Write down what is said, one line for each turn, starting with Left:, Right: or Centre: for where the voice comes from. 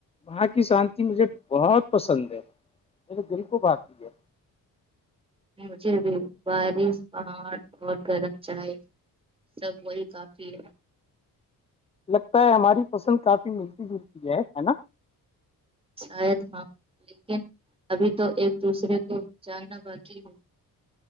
Left: وہاں کی شانتی مجھے بہت پسند ہے میرے دل کو باقی ہے
Right: مجھے بھی بارش پہاٹ اور گرم چائے سب وہی کافی ہے
Left: لگتا ہے ہماری پسند کافی ملتی جلتی ہے ہے نا
Right: شاید ہاں لیکن ابھی تو ایک دوسرے کو جگنا باقی ہو